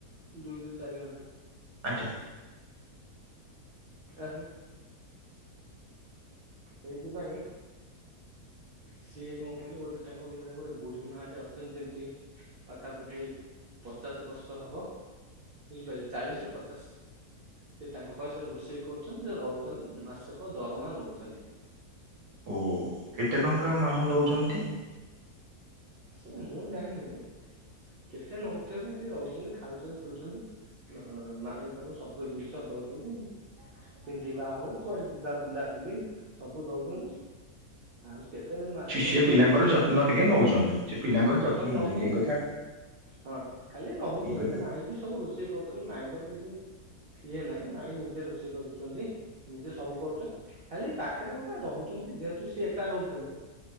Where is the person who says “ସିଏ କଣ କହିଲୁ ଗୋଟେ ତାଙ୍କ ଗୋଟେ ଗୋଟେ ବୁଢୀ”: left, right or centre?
Right